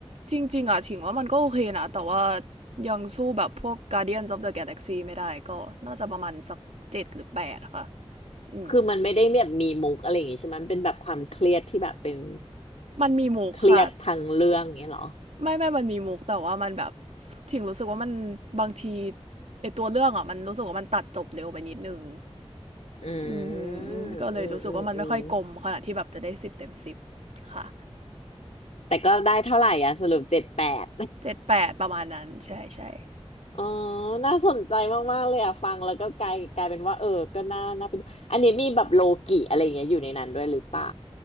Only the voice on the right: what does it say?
จริงๆอ่ะถิงว่ามันก็โอเคนะแต่ว่ายังสู้แบบพวก Guardians of the Galaxy ไม่ได้ก็น่าจะประมาณสักเจ็ดหรือแปดค่ะอืม
มันมีมุกค่ะ
ไม่ไม่มันมีมุกแต่ว่ามันแบบถิงรู้สึกว่ามันบางทีไอตัวเรื่องอ่ะมันรู้สึกว่ามันตัดจบเร็วไปนิดนึง
อื
มก็เลยรู้สึกว่ามันไม่ค่อยกลมขนาดที่แบบจะได้สิบเต็มสิบค่ะ
เจ็ดแปดประมาณนั้นใช่ใช่